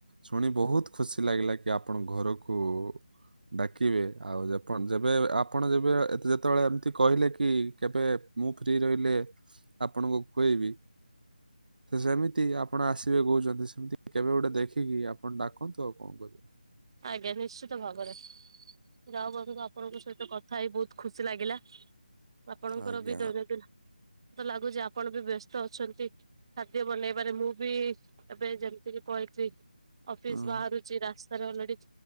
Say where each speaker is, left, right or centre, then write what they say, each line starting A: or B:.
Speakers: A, on the right (about 70°); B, on the right (about 35°).
A: ଶୁଣି ବୋହୁତ ଖୁସି ଲାଗିଲା କି ଆପଣ ଘରକୁ ଡାକିବେ। ଆଉ ଆପଣ ଯେବେ, ଆପଣ ଯେବେ ଯେତେବେଳେ ଏମିତି କହିଲେ କି କେବେ- ମୁଁ ଫ୍ରୀି ରହିଲେ, ଆପଣଙ୍କୁ ଖୁଏଇବି। ଯେମିତି ଆପଣ ଆସିବେ କହୁଛନ୍ତି। <inaudible> କେବେ ଗୋଟେ ଦେଖିକି ଆପଣ ଡାକନ୍ତୁ ଆଉ କଣ କହିବି।
B: ଆଜ୍ଞା ନିଶ୍ଚିତ ଭାବରେ, ଯା ହଉ ବନ୍ଧୁ ଆପଣଙ୍କ ସହିତ କଥା ହେଇ ବହୁତ ଖୁସି ଲାଗିଲା। ଆପଣଙ୍କର
A: ଆଜ୍ଞା
B: ବି ଦୈନନ୍ଦିନ ତ ଲାଗୁଛି ଆପଣ ବି ବ୍ୟସ୍ତ- ଅଛନ୍ତି। ଖାଦ୍ୟ ବନେଇବାରେ ମୁଁ ବି- ଏବେ ଯେମିତିକି କହିଛି ଅଫିସ
A: ହଁ
B: ବାହାରୁଛି, ରାସ୍ତାରେ ଅଲରେଡି